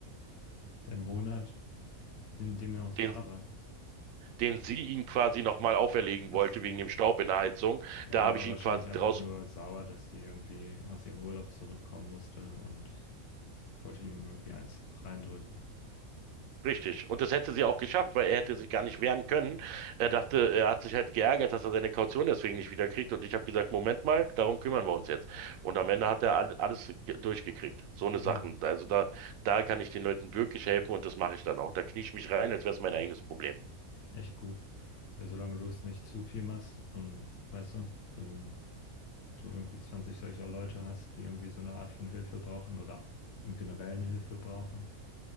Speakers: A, on the left; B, on the right.
A: Der Monat, in dem er noch da
B: Den,
A: war.
B: den sie ihn quasi nochmal auferlegen
A: Ach
B: wollte
A: so.
B: wegen dem Staub in der Heizung.
A: Ja,
B: Da
A: die
B: habe
A: war
B: ich
A: wahrscheinlich
B: ihn quasi
A: einfach
B: draus
A: nur sauer, dass sie irgendwie aus ihrem Urlaub zurückkommen musste und wollte ihm irgendwie eins reindrücken.
B: Richtig. Und das hätte sie auch geschafft, weil er hätte sich gar nicht wehren können. Er dachte, er hat sich halt geärgert, dass er seine Kaution deswegen nicht wiederkriegt. Und ich habe gesagt, Moment mal, darum kümmern wir uns jetzt. Und am Ende hat er all- alles ge- durchgekriegt. So eine
A: Ja.
B: Sachen. Also da, da kann ich den Leuten wirklich helfen und das mache ich dann auch. Da knie ich mich rein, als wäre es mein eigenes Problem.
A: Echt gut. Ja, solange du es nicht zu viel machst und weißt du, wenn du irgendwie 20 solcher Leute hast, die irgendwie so eine Art von Hilfe brauchen oder im Generellen Hilfe brauchen,